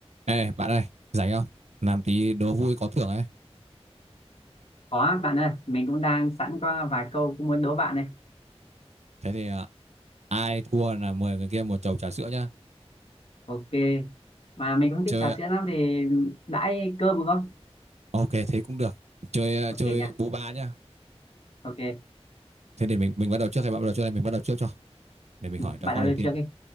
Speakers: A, on the right (about 80°); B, on the left (about 60°).
A: Ê, bạn ơi, rảnh không? Làm tí đố vui có thưởng ấy.
B: Có bạn ơi, mình cũng đang sẵn có vài câu cũng muốn đố bạn này.
A: Thế thì à, ai thua là mời người kia một chầu trà sữa nhá.
B: Ok, mà mình cũng thích
A: Chơi,
B: trà
A: à,
B: sữa lắm thì đãi cơm được không?
A: ok, thế cũng được. Chơi à,
B: Ok
A: chơi
B: nha,
A: bú ba nhá.
B: ok.
A: Thế để mình mình bắt đầu trước hay bạn bắt đầu trước đây? Mình bắt đầu trước cho. Để mình
B: Ừ,
A: hỏi ra
B: Bạn
A: câu
B: đã
A: đầu
B: được
A: tiên.
B: chưa đi?